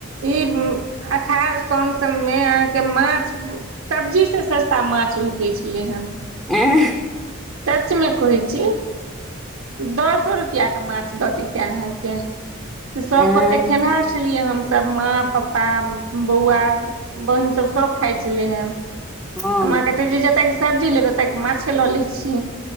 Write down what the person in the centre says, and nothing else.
ऐह
एं
हँ